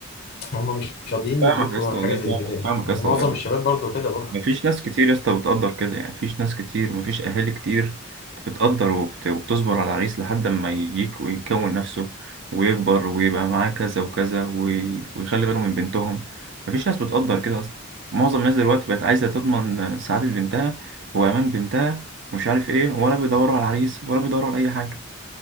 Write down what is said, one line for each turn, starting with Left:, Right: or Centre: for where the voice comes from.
Left: هم مش راضيين
Right: فاهمك
Left: يدركوا
Right: يا اسطى
Left: حاجه
Right: والله
Left: زي كده
Right: فاهمك
Left: يعني
Right: فاهمك
Left: معظم
Right: يا اسطى والله بس
Left: الشباب برضو كده برضو
Right: مفيش ناس كتير يا اسطى بتقدر كده يعني مفيش ناس كتير مفيش اهالي كتير بتقدر وبت... وبتصبر على العريس لحد ما يجيك ويكون نفسه ويكبر ويبقى معاه كذا وكذا وي... ويخلي باله من بنتهم مفيش ناس بتقدر كده اصلا معظم الناس دلوقتي بقت عايزه تضمن سعاده بنتها وامان بنتها ومش عارف ايه ولا بيدوروا على العريس ولا بيدوروا على اي حاجه